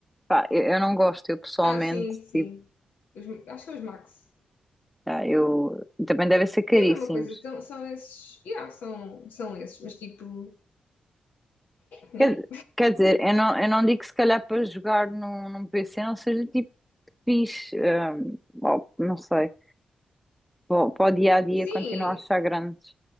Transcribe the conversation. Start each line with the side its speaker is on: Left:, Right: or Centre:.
Centre: Pá, eu, eu não gosto, eu pessoalmente,
Left: Ah, sim, sim.
Centre: tipo,
Left: Os- acho que é os Max.
Centre: ah, eu, também devem ser caríssimos.
Left: É a mesma coisa, então, são esses. Yeah, são, são esses, mas tipo. né?
Centre: Quer, quer dizer, eu não, eu não digo que se calhar para jogar num, num PC não seja tipo fixe, hum, bom, não sei, para o dia a dia
Left: Sim,
Centre: continuo a achar grandes.